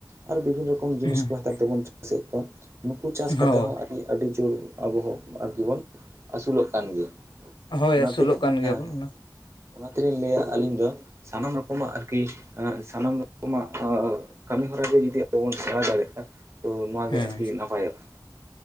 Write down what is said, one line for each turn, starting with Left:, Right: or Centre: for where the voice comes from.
Right: ᱟᱨ ᱵᱤᱵᱤᱱ ᱵᱤᱵᱷᱤᱱᱚ ᱨᱚᱠᱚᱢ ᱡᱤᱱᱤᱥ
Left: ᱦᱮᱸ
Right: ᱠᱚ ᱦᱟᱛᱣ ᱠᱟᱛᱮᱵᱚᱱ ᱪᱟᱥᱮᱫ ᱠᱚᱣᱟ, ᱱᱩᱠᱩ ᱪᱟᱥ ᱠᱟᱛᱮ
Left: ᱦᱳᱭ
Right: ᱦᱚᱸ ᱟᱹᱰᱤ ᱡᱳᱨ ᱟᱵᱚ ᱦᱚᱸ ᱟᱨᱠᱤᱵᱚᱱ ᱟᱹᱥᱩᱞᱚᱜ ᱠᱟᱱ ᱜᱮᱭᱟ,
Left: ᱦᱳᱭ
Right: ᱚᱱᱟᱛᱮᱞᱤᱧ
Left: ᱟᱹᱥᱩᱞᱚᱜ ᱠᱟᱱ ᱜᱮᱭᱟᱵᱚᱱ
Right: ᱦᱮᱸ ᱦᱮᱸ᱾
Left: ᱚᱱᱟ
Right: ᱚᱱᱟ ᱛᱮᱞᱤᱧ ᱞᱟᱹᱭᱟ ᱟᱹᱞᱤᱧ ᱫᱚ, ᱥᱟᱱᱟᱢ ᱨᱚᱠᱚᱢᱟᱜ ᱟᱨᱠᱤ ᱥᱟᱱᱟᱢ ᱨᱚᱠᱚᱢᱟᱜ ᱠᱟᱹᱢᱤ ᱦᱚᱨᱟ ᱜᱮ, ᱵᱚᱱ ᱥᱮᱬᱟ ᱫᱟᱲᱮᱜᱼᱟ᱾ ᱛᱚ ᱱᱚᱣᱟ
Left: ᱦᱮᱸ
Right: ᱜᱮ ᱟᱨᱠᱤ ᱱᱟᱯᱟᱭᱚᱜᱼᱟ᱾